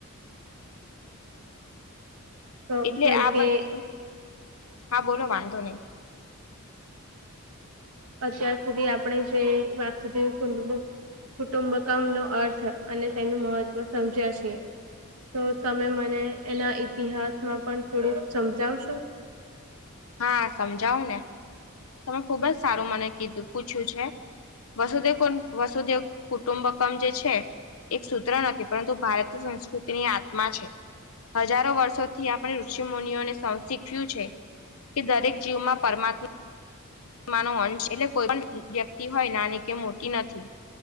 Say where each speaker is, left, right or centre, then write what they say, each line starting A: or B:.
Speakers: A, on the right; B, on the left.
A: તો
B: એટલે
A: જેમ
B: આ
A: કે
B: બધું. હા, બોલો, વાંધો નહીં.
A: અત્યાર સુધી આપણે જે વસુધૈવ કુંડ કુટુંબકમ નો અર્થ અને તેનું મહત્વ સમજ્યા છીએ. તો તમે મને એના ઈતિહાસમાં પણ થોડુંક સમજાવશો?
B: હા સમજાવુંને. તમે ખુબ જ સારું મને કીધું પૂછ્યું છે. વસુદેવ વસુદેવ કુટુંબકમ જે છે એક સૂત્ર નથી પરંતુ ભારતીય સંસ્કૃતિની આત્મા છે હજારો વર્ષોથી આપણે ઋષિ મુનિઓને શીખ્યું છે કે દરેક જીવમાં પરમાત્મા માનો અંશ એટલે કોઈ પણ વ્યક્તિ હોય નાની કે મોટી નથી